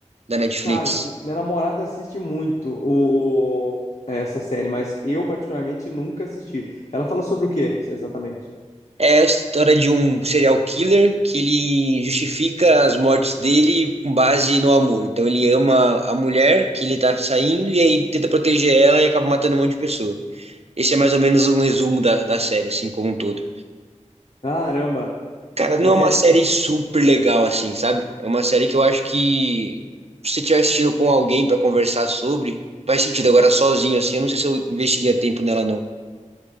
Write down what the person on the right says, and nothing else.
da Netflix.
É a história de um serial killer que ele justifica as mortes dele com base no amor. Então ele ama a mulher que ele tá saindo e aí tenta proteger ela e acaba matando um monte de pessoa. Esse é mais ou menos um resumo da, da série, assim, como um todo.
Cara, não
é uma
série super legal assim, sabe? É uma série que eu acho que se você estiver assistindo com alguém pra conversar sobre, faz sentido. Agora sozinho assim, eu não sei se eu investiria tempo nela não.